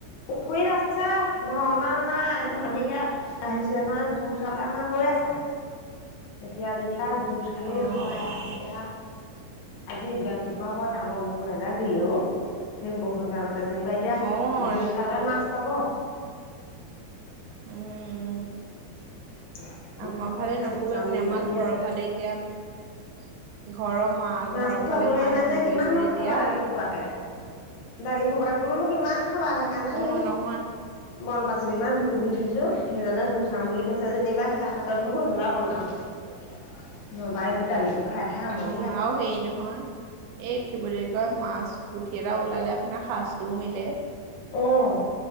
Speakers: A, on the left; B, on the right.
A: পুখুৰীত আছে, দৰ-দাম নাই। এতিয়া, মালিকে আহিছে নহয়, <unintelligible> চালে আমাৰ হৈ আছে। এতিয়া যেনিবা, <unintelligible> চালেই
B: অ'
A: হয় আৰু। এতিয়া আজি, ৰাতিপুৱা পৰত, ডাঙৰ বৰষুণ এজাক দিলে, অ'! সেই, বৰষুণজাকতে যেনিবা এতিয়া,
B: অ' ৰাতিপুৱা
A: <unintelligible> মাছ পাব।
B: উম'!
A: <unintelligible>
B: আমাৰ
A: তাকে
B: ফালে নকবাই
A: জোৰ চাম
B: মানে,
A: বুলি
B: আমাৰ
A: ভাবি
B: ঘৰৰ
A: আছে।
B: ফালে, এতিয়া, ঘৰৰ মা
A: মাছ
B: ঘৰৰ
A: পঠুৱাবলৈ
B: ফালে মায়ে
A: নাই
B: ফোন
A: যে। কিমান
B: কৰিছিলে এতিয়া
A: খাবা দালি সোপাকে! দালি সোপাকে বোলোনো, কিমান খাবা! সেইকাৰনে,
B: অ'
A: সেই
B: নহয়
A: বন-পাচলি কিমান বুটলি থৈছোঁ। সেইজনে গুচাম বুলি কৈছে যেনিবা, সেয়া। <unintelligible>
B: অ'
A: দালিবোৰ খাই, খাই আমনি
B: অ'! আৰু সেই, নহয় এই, কি বুলি কয়! মাছ পুঠি এটা ওলালে আপোনাৰ, সাজটোও মিলে।
A: অ'!